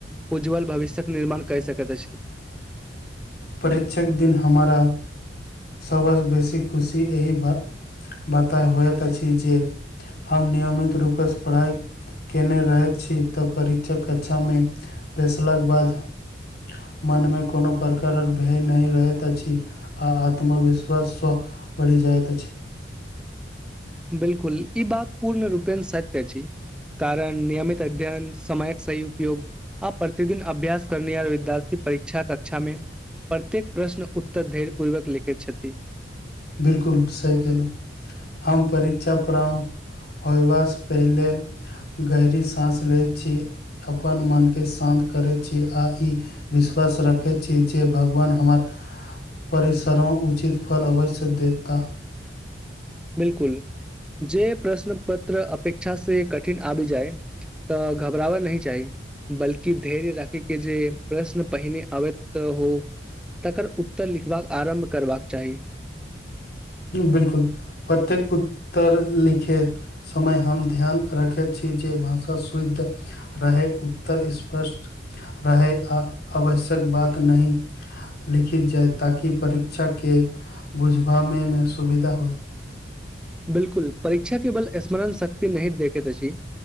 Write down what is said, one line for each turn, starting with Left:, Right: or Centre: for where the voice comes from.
Centre: उज्जवल भविष्य्यक निर्माण कै सकैत अछि।
Left: परीक्षक दिन हमारा। सभस बेसी खुशी एहि बात बाता होइत अछि जे। हम नियमित रूपेस पढ़ाई। केने रहैत छी तऽ परीक्षक कक्षामे बेैसलाक बाद। मनमे कोनो प्रक। कारण भय नहि रहैत अछि आ आत्मविश्वास स्व बढ़ि जाइत अछि।
Centre: बिलकुल ई बात पूर्ण रूपेण सत्य अछि। कारण नियमित अध्ययन समयक सही उपयोग। आब प्रतिदिन अभ्यास करने यार विद्यार्थी परीक्षा कक्षा मे। प्रत्येक प्रश्न उत्तर धेर पूर्वक लिखैत छथि।
Left: बिलकुल सही केहलु हम परीक्षा फ्राम। होयबासँ पहिले गहरी साँस लैत छी। अपन मनके शान्त करैत छी आ ई। विश्वास रखैत छी जे भगवान हमर परिसरो उचित फल अबस। देता।
Centre: बिलकुल जे प्रश्न पत्र अपेक्षा से कठिन आब जाइ। तऽ घबराबय नहि चाही। बल्कि धैर्य राखै के जे प्रश्न पहिने आबैत हो। तकर उत्तर लिखबाक आरम्भ करबाक चाही।
Left: बिलकुल प्रत्येक उत्तर लिखैत। समय हम ध्यान रखैत छी जे भाषा शुद्ध। रहे उत्तर स्पष्ट रहे आ आवश्यक बात नही। लिखी जाय ताकि परीक्षा के बुझबाबे मे सुविधा होय।
Centre: बिलकुल परीक्षा केवल स्मरण शक्ति नहि देखेत अछि।